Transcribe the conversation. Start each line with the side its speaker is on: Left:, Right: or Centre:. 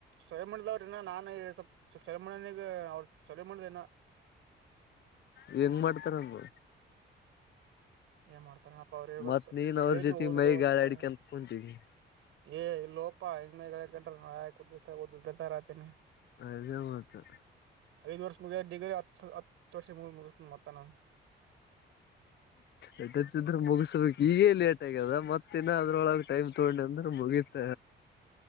Right: ಸ್ವಯಂ ಮುಣದವ್ರ ಇನ್ನ ನಾನು ಸ್ವಲ್ಪ ಚಲೋ ಮಾಡೀನಿ ಚಲೋ ಮಾಡಿಲ್ಲ
Left: ಹ್ಮ ಹೆಂಗ್ ಮಾಡ್ತಾರಮ್ಮ
Right: ಏನ್ ಮಾಡ್ತಾರನಪ್ಪ ಅವ್ರ ಗೊತ್ತು
Left: ಮತ್ ನೀನ್ ಅವ್ರ
Right: ಏನು
Left: ಜೊತೆ
Right: ಹೋದ್ರು
Left: ಮೈ
Right: ಅಂತ
Left: ಗಾಳಿ ಆಡಿಕಂತ ಕುಂತಿದಿ
Right: ಏ ಲೋಪಡ ಕುುತ್ತ ಕುದುತ್ತ ರಾಜತ್ನೆ
Left: ಅದೇ ಮತ್ತ
Right: ಐದು ವರ್ಷ ಮುಗಿದ ಡಿಗ್ರಿ ಹತ್ತು ಹತ್ತು ವರ್ಷ ಮುಗ ಮುಗಿಸ್ ಮತ್ತ ನಾನು
Left: ಎಟ್ಟತ್ತಿದ್ರೆ ಮುಗಸಬೇಕು ಈಗೇ ಲೇಟ್ ಆಗ್ಯದ ಮತ್ತ ಇನ್ನ ಅದ್ರೊಳ ಟೈಮ್ ತೊಗಂಡ ಅಂದ್ರೆ ಮುಗಿತ